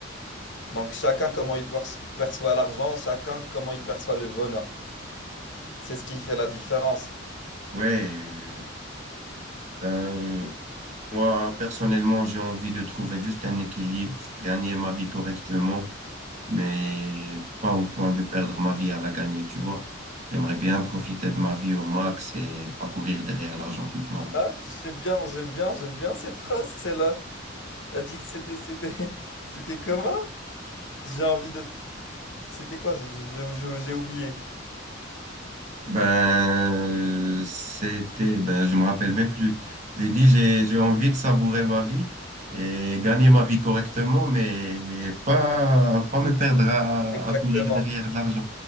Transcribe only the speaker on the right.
Ouais, euh, euh, moi personnellement j'ai envie de trouver juste un équilibre, gagner ma vie correctement mais pas au point de perdre ma vie à la gagner, tu vois. J'aimerais bien profiter de ma vie au max et pas courir derrière l'argent toute ma vie.
Ben, c'était, ben, je me rappelle même plus. J'ai dit, j'ai, j'ai envie de savourer ma vie et gagner ma vie correctement, mais pas, pas me perdre à,
à courir derrière de l'argent.